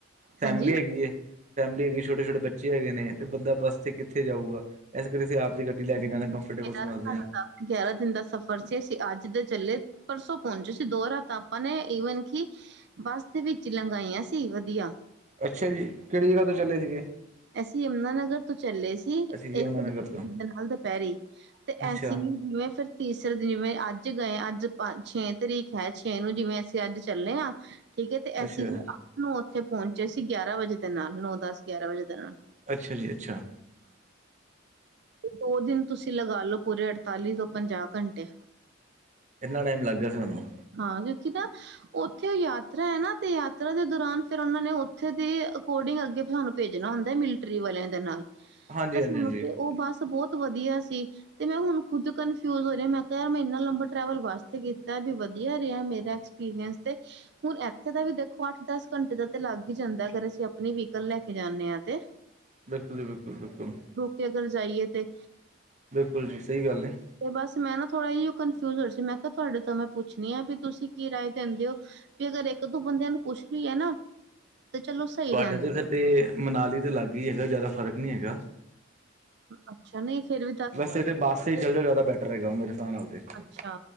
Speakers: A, on the right (about 40°); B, on the right (about 60°).
A: ਫੈਮਿਲੀ
B: ਹਾਂਜੀ
A: ਹੈਗੀ ਏ। ਫੈਮਿਲੀ ਹੈਗੀ ਛੋਟੇ-ਛੋਟੇ ਬੱਚੇ ਹੈਗੇ ਨੇ ਤੇ ਬੰਦਾ ਬਸ ਤੇ ਕਿੱਥੇ ਜਾਊਗਾ। ਐਸ ਕਰਕੇ ਅਸੀ ਆਪ ਦੀ ਗੱਡੀ ਲੈ ਕੇ ਜਾਣਾ
B: ਮੇਰਾ
A: ਕੰਫਰਟੇਬਲ ਸਮਝਦੇ
B: ਸਾਡਾ
A: ਆ।
B: ਗਿਆਰਾਂ ਦਿਨ ਦਾ ਸਫ਼ਰ ਸੀ ਅਸੀ ਅੱਜ ਦੇ ਚੱਲੇ ਪਰਸੋਂ ਪਹੁੰਚੇ ਸੀ ਦੋ ਰਾਤਾਂ ਆਪਾਂ ਨੇ ਈਵਨ ਕਿ ਬਸ ਦੇ ਵਿੱਚ ਲੰਗਾਈਆਂ ਸੀ ਵਧੀਆ।
A: ਅੱਛਾ ਜੀ ਕੇੜੀ ਜਗ੍ਹਾ ਤੋਂ ਚੱਲੇ ਸੀਗੇ।
B: ਅਸੀ ਯਮੁਨਾਾਨਗਰ ਤੋਂ ਚੱਲੇ ਸੀ
A: ਅਸੀਂ ਯਮੁਨਾ
B: ਏਕ <unintelligible>
A: ਨਗਰ ਤੋਂ
B: ਨਾਲ ਦੁਪਹਿਰੇ। ਤੇ ਐਸੀ
A: ਅੱਛਾ
B: ਨੀ ਫਿਰ ਤੀਸਰੇ ਦਿਨ ਜਿਵੇਂ ਅੱਜ ਗਏ ਅੱਜ ਪ ਛੇ ਤਰੀਕ ਐ ਛੇ ਨੂੰ ਜਿਵੇਂ ਅਸੀ ਅੱਜ ਚੱਲੇ ਆ ਠੀਕ ਏ ਤੇ ਐਸੀ
A: ਅੱਛਾ
B: ਫਿਰ ਅਠ ਨੂੰ ਓਥੇ ਪਹੁੰਚੇ ਸੀ ਗਿਆਰਾਂ ਵਜੇ ਦੇ ਨਾਲ ਨੌ, ਦਸ, ਗਿਆਰਾਂ ਵਜੇ ਦੇ ਨਾਲ।
A: ਅੱਛਾ ਜੀ ਅੱਛਾ।
B: ਉਹ ਦਿਨ ਤੁਸੀ ਲਗਾ ਲੋ ਪੂਰੇ ਅੜਤਾਲੀ ਤੋਂ ਪੰਜਾਹ ਘੰਟੇ।
A: ਇੰਨਾ ਟਾਈਮ ਲੱਗ ਗਿਆ ਸੀ ਤੁਹਾਨੂੰ।
B: ਹਾਂ ਕਿਉਂਕਿ ਨਾ ਓਥੇ ਓ ਯਾਤਰਾ ਐ ਨਾ ਤੇ ਯਾਤਰਾ ਦੇ ਦੌਰਾਨ ਫੇਰ ਔਨਾ ਨੇ ਓਥੇ ਦੇ ਅਕੋਰਡਿੰਗ ਅੱਗੇ ਸਾਨੂੰ ਭੇਜ ਨਾ ਹੁੰਦਾ ਮਿਲਟਰੀ ਵਾਲਿਆਂ ਦੇ ਨਾਲ
A: ਹਾਂਜੀ
B: ਤੇ ਬਸ
A: ਹਾਂਜੀ
B: <unintelligible>
A: ਹਾਂਜੀ
B: ਓ ਬਸ ਬੋਤ ਵਧੀਆ ਸੀ ਤੇ ਮੈਂ ਹੁਣ ਖੁਦ ਕਨਫਿਊਜ ਹੋ ਜਾ ਮੈਂ ਕਿਹਾ ਮੈਂ ਇੰਨਾ ਲੰਬਾ ਟਰੈਵਲ ਬਸ ਤੇ ਕੀ ਤਾ ਵੀ ਵਧੀਆ ਰਿਹਾ ਮੇਰਾ ਐਕਸਪੀਰੀਅੰਸ ਤੇ, ਹੁਣ ਐਥੇ ਦਾ ਵੀ ਦੇਖੋ ਅੱਠ, ਦਸ ਘੰਟੇ ਦਾ ਤੇ ਲੱਗ ਈ ਜਾਂਦਾ ਅਗਰ ਅਸੀ ਅਪਣੀ ਵਹੀਕਲ ਲੈ ਕੇ ਜਾਂਨੇ ਆ ਤੇ।
A: ਬਿਲਕੁਲ ਜੀ ਬਿਲਕੁਲ-ਬਿਲਕੁਲ।
B: ਤੇ ਅਗਰ ਜਾਈਏ ਤੇ।
A: ਬਿਲਕੁਲ ਜੀ ਸਹੀ ਗੱਲ ਏ।
B: ਤੇ ਬਸ ਮੈਂ ਨਾ ਥੋੜ੍ਹਾ ਅਈਓ‌ ਕਨਫਿਊਜ ਹੋ ਰੀ ਸੀ ਮੈਂ ਕਿਹਾ ਤੁਹਾਡੇ ਤੋਂ ਮੈਂ ਪੁੱਛਣੀ ਆ ਵੀ ਤੁਸੀ ਕੀ ਰਾਏ ਦੇੰਦੇ ਓ। ਕੇ ਅਗਰ ਇੱਕ ਦੋ ਬੰਦਿਆਂ ਨੂੰ ਪੁਛ ਲੀਏ‌ ਨਾ ਤੇ ਚਲੋ ਸਹੀ
A: ਤੁਹਾਡੇ
B: ਰਹਿੰਦਾ।
A: ਤੇ ਫਿਰ ਤੇ ਮਨਾਲੀ ਦੇ ਲਾਗੇ ਈ ਹੈਗਾ ਜਾਦਾ ਫ਼ਰਕ ਨੀ ਹੈਗਾ।
B: ਅੱਛਾ ਨਈ ਫੇਰ ਵੀ ਤਾ
A: ਤੇ-ਤੇ ਬੱਸ ਈ ਚੱਲ ਜਓ ਜਾਦਾ ਬੈਟਰ ਰਏਗਾ ਮੇਰੇ ਸਾਬ ਨਾਲ। ਦੇਖੋ
B: ਅੱਛਾ